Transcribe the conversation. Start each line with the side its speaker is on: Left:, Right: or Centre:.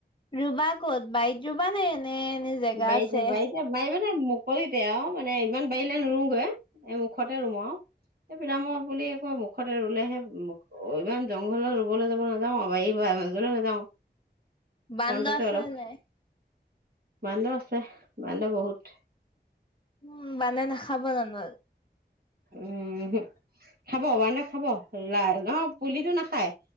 Left: ৰুবা ক'ত? বাৰীত ৰুবা নে নে এনে জেগা
Right: বাৰীতে-
Left: আছে
Right: বাৰীতে বাৰী মানে কৰি দে আৰু মানে ইমান বাৰীলৈ নুৰুগৈ। এই মুখতে ৰুম আও। এই পিলামৰ পুলি কয় মুখতে ৰুলেহে, অ- ইমান জংঘলত ৰুবলৈ যাব নাযাওঁ। <unintelligible> মাজলৈ নাযাওঁ।
Left: বান্দৰ
Right: ফ্ৰণ্টতে
Left: আছে
Right: অলপ
Left: নে নাই?
Right: বান্দৰ আছে। বান্দৰ বহুত
Left: উম, মানুহে নাখাব জানোঁ?
Right: ওহো, খাব, বান্দৰে খাব। লাই- নহয়, পুলিটো নাখায়